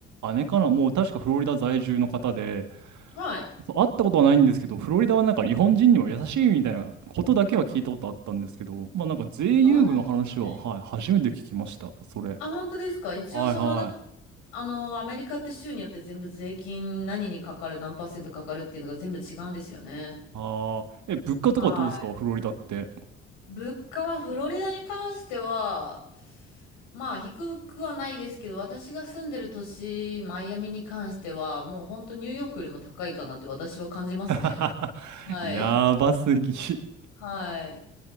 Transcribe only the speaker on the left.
はい。
どうなんでしょうね。
あ、本当ですか。一応その、
だからあの、アメリカって州によって全部税金何にかかる、何パーセントかかるっていうのが全部違うんですよね。
はい。
物価はフロリダに関しては、まあ低くはないですけど、私が住んでる都市、マイアミに関しては、もう本当ニューヨークよりも高いかなって私は感じますね。
はい。
<laughs> はい。